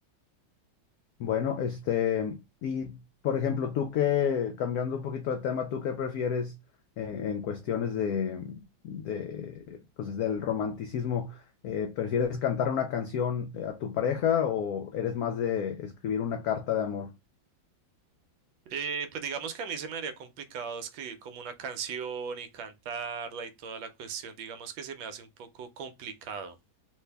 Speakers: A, on the left; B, on the right.
A: Bueno, este, y por ejemplo, tú que, cambiando un poquito de tema, ¿tú qué prefieres eh, en cuestiones de, de, pues, del romanticismo? Eh, ¿prefieres cantar una canción eh, a tu pareja o eres más de escribir una carta de amor?
B: Eh, pues digamos que a mí se me haría complicado escribir como una canción y cantarla y toda la cuestión, digamos que se me hace un poco complicado,